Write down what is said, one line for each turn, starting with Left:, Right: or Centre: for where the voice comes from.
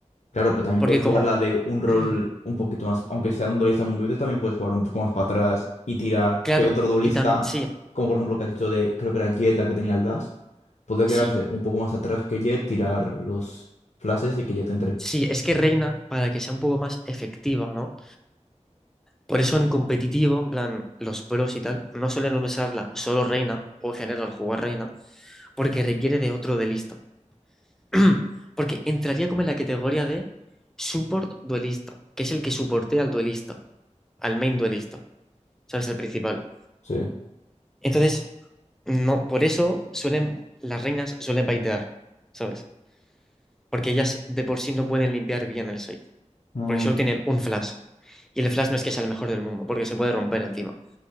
Left: Claro, pero también
Centre: Porque
Left: puedes jugar
Centre: como...
Left: la de un rol
Centre: <clears throat>
Left: un poquito más, aunque sea un duelista como tú dices, también puedes jugar un poco más para atrás y tirar.
Centre: Claro,
Left: Si hay otro duelista,
Centre: y también... Sí,
Left: como por ejemplo lo que has dicho de, creo que era Jett la que tenía el dash, puede
Centre: Sí,
Left: quedarse un poco más atrás que Jett, tirar los flashes y que Jett entre.
Centre: sí, es que Reina, para que sea un poco más efectiva, ¿no? Por eso en competitivo, en plan, los pros y tal, no suelen usarla solo Reina, o en general jugar Reina, porque requiere de otro duelista. <clears throat> Porque entraría como en la categoría de support duelista, que es el que soportea al duelista, al main duelista, ¿sabes? Al principal.
Left: Sí.
Centre: Entonces, no, por eso suelen, las reinas suelen baitear, ¿sabes? Porque ellas de por sí no pueden limpiar bien el site.
Left: Mm,
Centre: porque solo tienen un flash. Y el flash no es que sea el mejor del mundo, porque se puede romper encima.